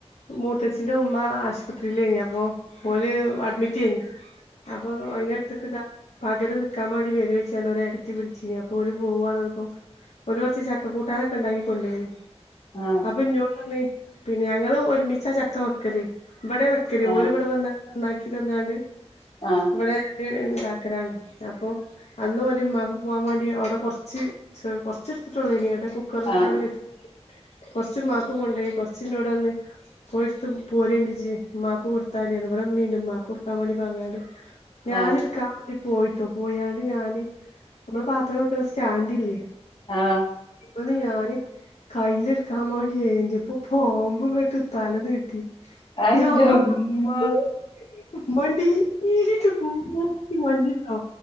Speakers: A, on the left (about 75°); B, on the left (about 45°).
A: മൂത്തച്ഛിന്റെ ഉമ്മ ആശുപത്രീലെനി അപ്പൊ ഓല് അഡ്മിറ്റ് എനി അപ്പൊ വൈന്നേരത്ത് <unintelligible> പകല് നിക്കാൻ വേണ്ടി വരോയ്ച്ചാണ്ട് ഒരേടത്തി വിളിച്ചിനു അപോല് പോവാണ് ർഞ്ഞപ്പോ ഓല് കൊർച്ച് ചക്ക കൂട്ടാനൊക്കെ ഉണ്ടാക്കി കൊണ്ടേയ്നി.
B: ആ,
A: അപ്പന്നോട് പർഞ്ഞ് പിന്നെ ഞങ്ങള് ഒരുമിച്ചാ ചക്ക വെക്കല് ഇവിടെ വെക്കല്
B: ആ,
A: ഓലിവിടെ വന്ന് നന്നാക്കി തന്നാണ്ട്
B: ആ, ആ,
A: ഇവിടെ <unintelligible> ക്കലാണ് അപ്പൊ അന്നോല് മ്മാക്ക് പോവാൻ വേണ്ടി അവിടെ കൊറച്ച് ച്ച് കൊറച്ചെടുത്തിട്ടൊള്ളയ്നിം എന്നിട്ട് കുക്കറിലിട്ടാണ്ട്
B: ആ,
A: വെച് കൊറച്ച് മ്മാക്കും കൊണ്ടോയി കൊറച്ച്ന്നോട് പറഞ്ഞ് പോയി ഇടുത്ത് പോരണ്ടിജ്ജ് മ്മാക്ക് കൊടുത്താതീന്ന് പറഞ് ഇവിടെ മ്മീണ്ട് മ്മാക്ക് കൊടുക്കാൻ വേണ്ടി പറഞ്ഞണ്ട് ഞാനെടുക്കാൻ
B: ആ, ആ,
A: വേണ്ടി പോയിട്ടോ പോയാണ്ട് ഞാന് നമ്മള് പാത്രം വെക്കണ സ്റ്റാൻഡില്ലേ
B: ആഹ്
A: അവിട്ന്ന് ഞാന് കയ്ലെടുക്കാൻ മാണ്ടി ഏന്തിയപ്പോ പാമ്പ്ങ്ങട്ട് തല നീട്ടി
B: അതിന്റെ
A: <unintelligible>
B: ഉമ്മ
A: മണ്ടീട്ട് കൂക്കി മണ്ടീട്ടോ